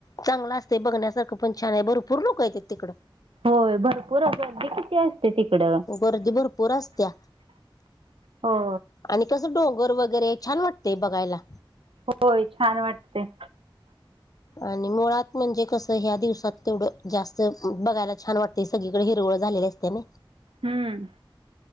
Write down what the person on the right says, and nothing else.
होय भरपूर अ गर्दी किती असते तिकडं
हो
होय छान वाटते
हम्म